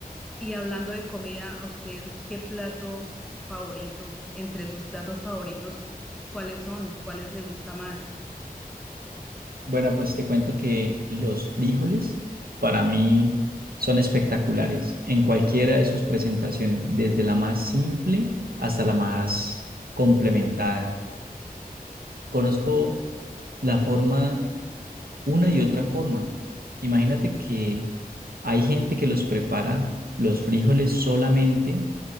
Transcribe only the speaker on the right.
Bueno, pues te cuento que los frijoles para mí son espectaculares en cualquiera de sus presentaciones, desde la más simple hasta la más complementada. Conozco la forma, una y otra forma. Imagínate que hay gente que los prepara los frijoles solamente